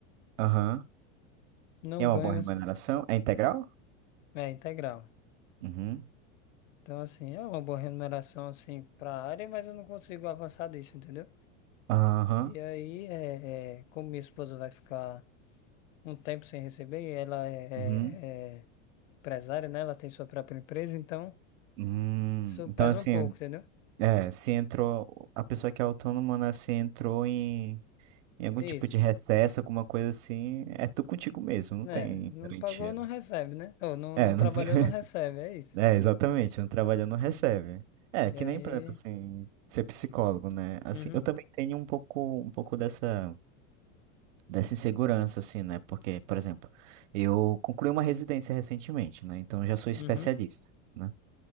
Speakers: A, on the right; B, on the left.
A: Aham.
B: Não
A: E é
B: ganho,
A: uma boa remuneração?
B: mas-
A: É integral?
B: é integral.
A: Uhum.
B: Então, assim, é uma boa remuneração, assim, para a área, mas eu não consigo avançar disso, entendeu?
A: Aham.
B: E aí, é, é, como minha esposa vai ficar um tempo sem receber, e ela é, é-
A: Uhum.
B: é empresária, né? Ela tem sua própria empresa, então
A: Hum.
B: isso
A: Então,
B: pesa
A: assim.
B: um pouco, entendeu?
A: É, se entrou, a pessoa que é autônoma, né, se entrou em, em algum
B: Isso.
A: tipo de recesso, alguma coisa assim, é tu contigo mesmo, não
B: Né?
A: tem
B: Não
A: Garantia,
B: pagou, não
A: né?
B: recebe, né? Ou não,
A: É,
B: não trabalhou,
A: não- <laughs>
B: não recebe, é isso.
A: é, exatamente, não trabalha, não recebe. É,
B: E
A: que
B: aí...
A: nem, por exemplo, assim, ser psicólogo, né? Assim,
B: Uhum,
A: eu também tenho um pouco, um pouco dessa, dessa insegurança, assim, né? Porque, por exemplo, eu concluí uma residência recentemente, né? Então eu já sou especialista,
B: uhum,
A: né?